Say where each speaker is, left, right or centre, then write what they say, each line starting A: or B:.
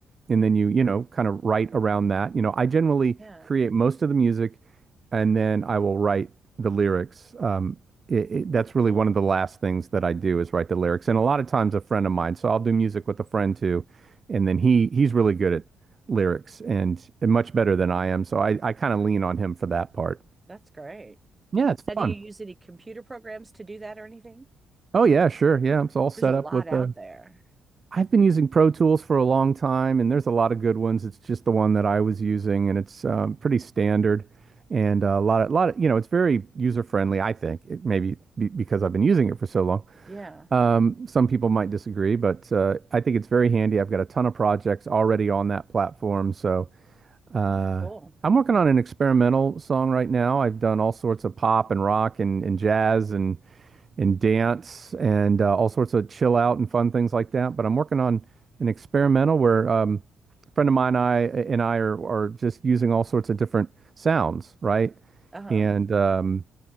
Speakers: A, on the right; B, on the right.
A: and then you you know kind of write around that you know I generally
B: Yeah,
A: create most of the music and then I will write the lyrics um it, it, that's
B: that's cool.
A: really one of the last things that I do is write the lyrics and a lot of times a friend of mine so I'll do music with a friend too and then he he's really good at lyrics and, and much better than I am so I I kind of lean on him for that part
B: That's great.
A: yeah it's
B: Now, do
A: fun
B: you use any computer programs to do that or anything?
A: oh yeah sure yeah I'm so all set
B: There's a lot
A: up with
B: out
A: the
B: there.
A: I've been using Pro Tools for a long time, and there's a lot of good ones. It's just the one that I was using, and it's um, pretty standard. And uh, a lot of, lot of, you know, it's very user friendly, I think. It maybe be, because I've been using it for so long.
B: Yeah.
A: Um, some people might disagree, but uh, I think it's very handy. I've got a ton of projects already on that platform, so
B: That's
A: uh,
B: cool.
A: I'm working on an experimental song right now. I've done all sorts of pop and rock and, and jazz and and dance and uh, all sorts of chill out and fun things like that. But I'm working on an experimental where um, a friend of mine and I and I are are just using all sorts of different sounds, right?
B: Uh-huh.
A: And um,